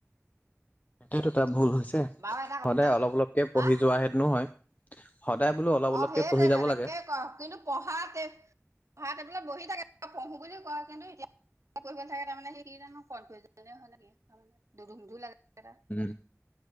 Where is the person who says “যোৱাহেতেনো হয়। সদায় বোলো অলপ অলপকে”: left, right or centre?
Left